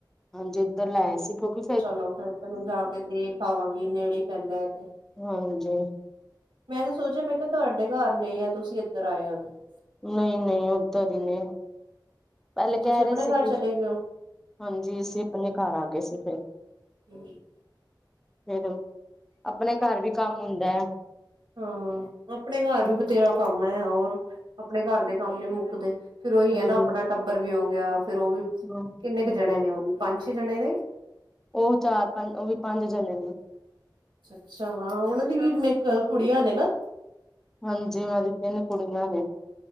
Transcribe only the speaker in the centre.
ਹਾਂਜੀ ਇੱਧਰ ਲੈ ਸੀ ਕਿਉਕਿ
ਹਾਂਜੀ।
ਨਹੀਂ - ਨਹੀਂ। ਓਧਰ ਹੀ ਨੇ ਪੈਲੇ
ਕਹਿ
ਰੇ ਸੀ
ਕਿ
ਹਾਂਜੀ, ਅਸੀਂ ਅਪਣੇ ਘਰ ਆਗੇ ਸੀ ਫੇਰ।
ਫੇਰ ਅਪਣੇ ਘਰ ਵੀ ਕੰਮ ਹੁੰਦੈ।
ਹਾਂਜੀ
ਹਾਂਜੀ
ਹਾਂ
ਹਾਂ
ਔ ਚਾਰ-ਪੰਜ ਓਹ ਵੀ ਪੰਜ ਜਣੇ ਦੀ ਏ।
ਹਾਂਜੀ। ਔਨਾ ਦੀ ਤਿੰਨ ਕੁੜੀਆਂ ਨੇ।